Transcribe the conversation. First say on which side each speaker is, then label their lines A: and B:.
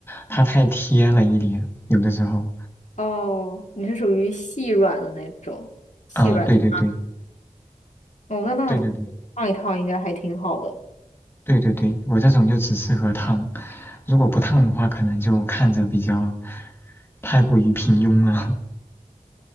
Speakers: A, on the left; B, on the left.
A: 它太贴了一点，有的时候。
B: <laughs> 哦，你是属于细软的那种，细软塌。
A: 嗯，对对对，
B: 哦，那那
A: 对对对。
B: 烫一烫应该还挺好的。
A: 对对对，我这种就只适合烫，如果不烫的话，可能就看着比较太过于平庸了。